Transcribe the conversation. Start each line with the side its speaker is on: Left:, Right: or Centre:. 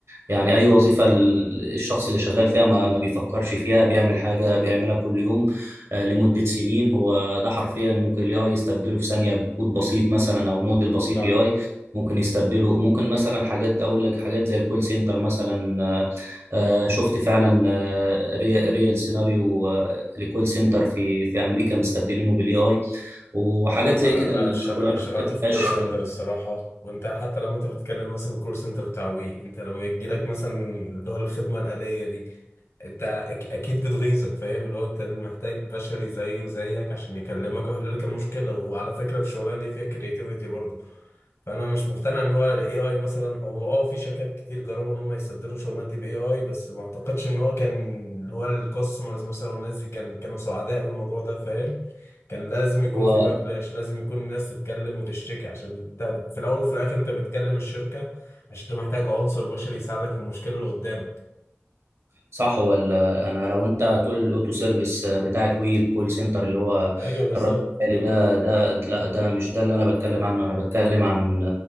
Right: يعني أي وظيفة ال- الشخص اللي شغال فيها ما, ما بيفكرش فيها بيعمل حاجة بيعملها كل يوم آه، لمدة سنين هو ده حرفيا ممكن ال AI يستبدله في ثانية بكود بسيط مثلا أو موديل بسيط
Left: صح
Right: AI ممكن يستبدله ممكن مثلا حاجات أقول لك حاجات زي الكول سنتر مثلا آه، آه، شفت فعلا آه، ري- ريال سيناريو آه، لكول سنتر في في أمريكا مستبدلينه بال AI وحاجات
Left: يا عم
Right: زي
Left: انا
Right: كده
Left: انا ش... انا
Right: الشغلانة
Left: شغلت
Right: ما
Left: في
Right: فيهاش
Left: كول سنتر
Right: آه،
Left: الصراحه وانت حتى لما انت بتتكلم مثلا الكول سنتر بتاع وي انت لما يجي لك مثلا اللي هو الخدمه الاليه دي انت أك... اكيد بتغيظك فاهم اللي هو انت اللي محتاج بشري زيه وزيك عشان يكلمك ويحل لك المشكله وعلى فكره الشغلانه دي فيها كرياتيفيتي برضه فانا مش مقتنع ان هو الاي اي مثلا هو اه في شركات كتير جربوا ان هم يستبدلوا الشغلانات دي باي اي بس ما اعتقدش ان هو كان اللي هو الكاستمرز مثلا والناس دي كان كانوا سعداء بالموضوع ده فاهم كان لازم يكون
Right: هو
Left: في باكلاش لازم يكون الناس تتكلم وتشتكي عشان انت في الاول وفي الاخر انت بتكلم الشركه عشان انت محتاج عنصر بشري يساعدك في المشكله اللي قدامك
Right: صح ولا انا لو انت هتقول الاوتو سيرفيس بتاعت وي الكول سنتر اللي هو
Left: ايوه بالظبط
Right: الرد الآلي
Left: أك-
Right: ده ده لا ده مش ده اللي انا بتكلم عنه انا بتكلم عن